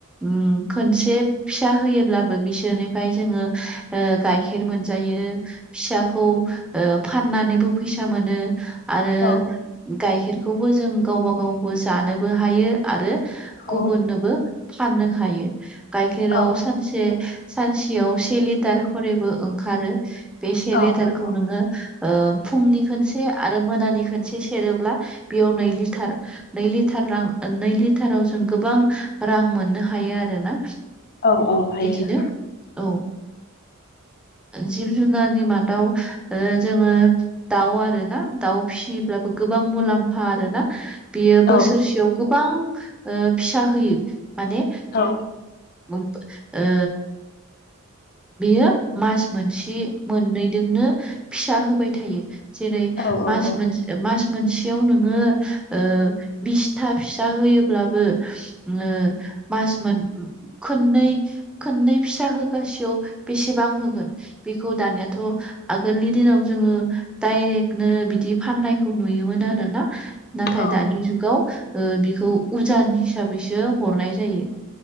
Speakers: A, in the centre; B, on the left.
A: उम खनसे फिसा होयोब्लाबो बिसोरनि फ्राय जोङो गाइखेर मोनजायो फिसाखौ फाननानैबो फैसा फैसा मोनो आरो
B: औ
A: गाइखेरखौबो जों गावबा गावबो जानोबो हायो आरो
B: औ
A: गुबुननोबो फाननो हायो गाइखेराव
B: औ
A: सानसे सानसेयाव से लिटार खरैबो ओंखारो बेसे
B: औ
A: लेटारखौ
B: नंगौ
A: नोङो फुंनि खनसे आरो मोनानि खनसे सेरोब्ला बेयाव नै लिटार नै लिटार रां नै लिटाराव जों गोबां रां मोननो हायो आरोना
B: औ औ हायो
A: बिदिनो औ जिब जुनारनि मादाव ओ जोङो दाउ आरोना दाउ फिसियोब्लाबो गो बां मुलाम्फा आरोना बियो बोसोरसेयाव
B: औ
A: गोबां फिसा होयो माने
B: औ
A: ओ <unintelligible> ओ बियो मास मोनसे मोननैदोंनो फिसा होबाय थायो जेरै
B: औ औ
A: मास मोन मास मोनसेयाव नोङो ओ बिसथा फिसा होयोब्लाबो ओ मास मोन खोननै खोननै फिसा हो गासेयाव बेसेबां होगोन बेखौ दानियाथ' आगोलनि दिनाव जोङो डाइरेक्टनो बिदि फाननायखौ नुयोमोन आरोना नाथाय
B: औ
A: दानि
B: औ
A: जुगाव ओ बिखौ उजान हिसाबैसो हरनाय जायो